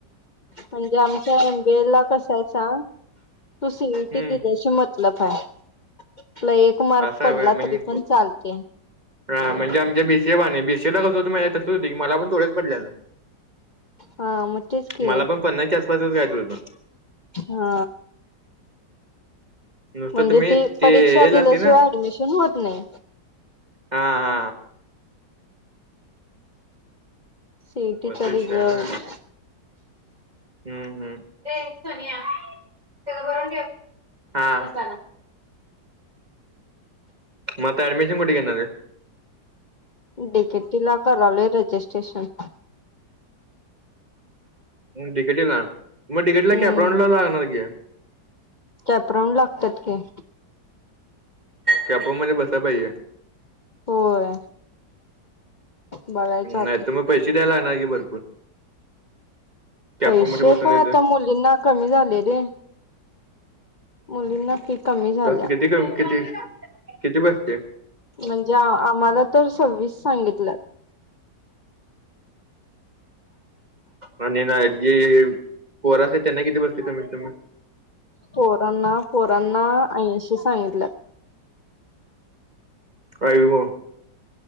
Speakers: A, on the left (about 75°); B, on the right (about 25°).
A: म्हणजे आमच्या एमबीए ला कस आहे सांग तू सीईटी
B: हम्म
A: दिली म लं पाय तला एक मार्क
B: असं
A: पडला
B: आहे होय मग
A: तरी पण चालते
B: हा म्हजेम बीसेवाणे बीिसेला कस होत माझ्या तसं होत की मला पण थोडेच पडलेलं
A: हा मजकीे
B: मला पण पन्नासच्या आसपासच घ्यायचं होतं.
A: हा
B: नुसतं
A: म्हणजे
B: तर मी
A: ती
B: ते
A: परीक्षा दिल्याशिवाय
B: लागते ना
A: ऍडमिशन होत नाही.
B: हा हा
A: सीईटीचा
B: वतष
A: रिझल्ट
B: ना हम् हम् ते करून घेला म अडमिशन कठणार
A: टडिकेट टिला कराल रेजिस्ट्रेशन
B: तिकेटीला मग तिकेटला
A: हम्म
B: कॅपरान ला लागणार की
A: कॅपराऊड लागतात की
B: त्याॅपोर मध्ये बसा पाहिजे
A: होय बघायचं आता
B: नाही तर मग पैसे द्यायलाणार की भरपूर कॅपराऊंड
A: पैसे
B: मध्ये बसून
A: काय
B: येतं.
A: आता मुलींना कमी झाले रे मुलींना फी कमी झाल्या
B: जास्त किती किती किती बजते
A: म्हणजे आम्हाला तर सव्वीस सांगितलं
B: आणि ना जे पोर असते त्यांना किती बसते त म तुम्ही
A: पोरांना पोरांना ऐंशी सांगितल्या
B: आ म